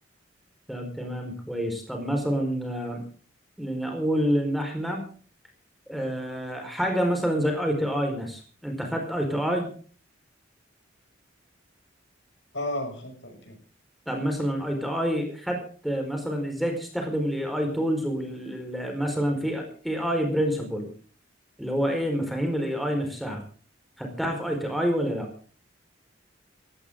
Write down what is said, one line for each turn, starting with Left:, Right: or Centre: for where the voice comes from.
Centre: طب تمام كويس طب مثلا آه، لنقول ان احنا آه حاجه مثلا زي اي تي اي مثلا انت خدت اي تي اي
Left: اه خدت اي
Centre: طب مثلا اي تي اي خدت آه، مثلا ازاي تستخدم الاي اي تولز مثلا في اي اي برنسبل اللي هو ايه مفاهيم الاي اي نفسها خدتها في اي تي اي ولا لا